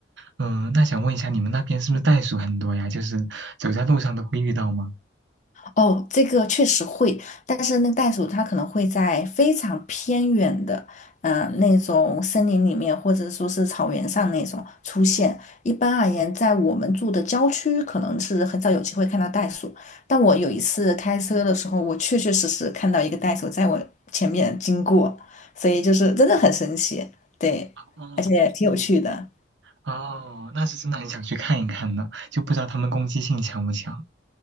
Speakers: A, on the right; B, on the left.
A: 嗯，那想问一下，你们那边是不是袋鼠很多呀？就是走在路上都会遇到吗？
B: 哦，这个确实会，但是那个袋鼠它可能会在非常偏远的，嗯、那种森林里面，或者说是草原上那种出现。一般而言，在我们住的郊区，可能是很少有机会看到袋鼠。但我有一次开车的时候，我确确实实看到一个袋鼠在我前面经过，所以就是真的很神奇，对，
A: 哦
B: 而且挺有趣的。
A: 哦，那是真的很想去看一看呢，就不知道它们攻击性强不强。